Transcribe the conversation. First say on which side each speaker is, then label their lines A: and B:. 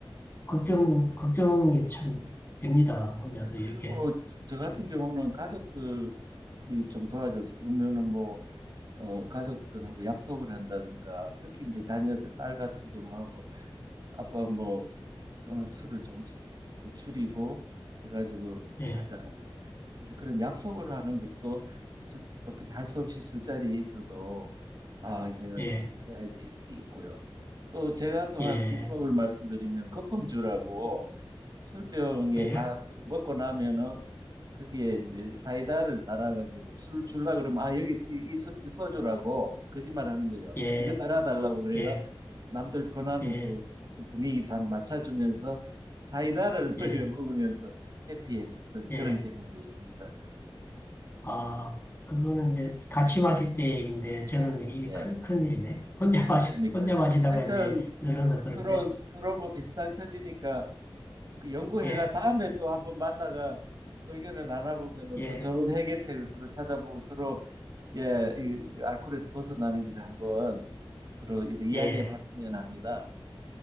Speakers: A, on the left; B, on the right.
A: 걱정, 걱정이 참 됩니다. 혼자서
B: 그리고
A: 이렇게
B: 저 같은
A: 좀,
B: 경우는 가족들이 좀 도와줘서 그러면은 뭐 어, 가족들하고 약속을 한다든가 특히 이제 자녀들 딸 같은 경우하고 아빠 뭐 어, 술을 조금씩 그 줄이고 해가지고
A: 예,
B: 하자고 이제 그런 약속을 하는 것도 술, 어떻게 할 수 없이 술자리에 있어도 아 내가
A: 예,
B: 이제 이거 해야지 이게 있고요. 또 제가 또한
A: 예,
B: 비법을 말씀드리면 거품주라고 술병에
A: 예,
B: 다 먹고 나면은 그게 이제 사이다를 따라가지고 술 줄라 그러면 아 여기 이, 이, 술, 이 소주라고 거짓말하는 거죠.
A: 예,
B: 이거 따라 달라고 그래가
A: 예,
B: 남들 권하면
A: 예,
B: 또 그 분위기상 맞춰주면서 사이다를 <laughs>
A: 예,
B: 올려 먹으면서 해피했었던 그런
A: 예.
B: 경험도 있습니다.
A: 아, 그거는 이제 같이 마실 때 얘기인데 저는 이
B: 예.
A: 큰, 큰일이네. 혼자 마시,
B: 그러니까
A: 혼자 마시다가
B: 하여튼
A: 이제 늘어서
B: 서로
A: 그런데,
B: 서로 뭐 비슷한 처지니까 그 연구회가
A: 예,
B: 다음에 또 한번 만나가 의견을 나눠보면은
A: 예,
B: 또 좋은 해결책을 서로 찾아보고 서로 예, 이 알코올에서 벗어나는 길을 한번 서로 이야기해
A: 예.
B: 봤으면 합니다.